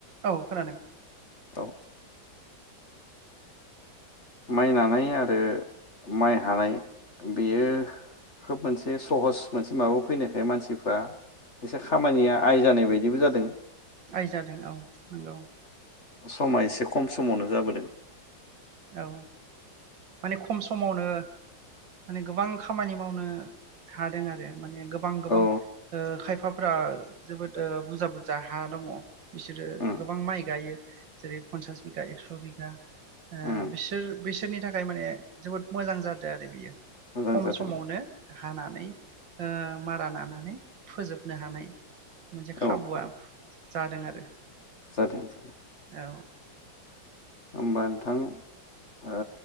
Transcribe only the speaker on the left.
औ माइ नानाय आरो माइ हानाय बेयो खोब मोनसे सहस मोनसे माबायाव फैनायखाय मानसिफ्रा एसे खामानिया आइ जानाय बायदिबो जादों।
समा एसे खम समावनो जाबोदों।
औ
उम
उम
मोजां
जादों
औ
औ
जादों सार।
ओमबा नोंथां ओ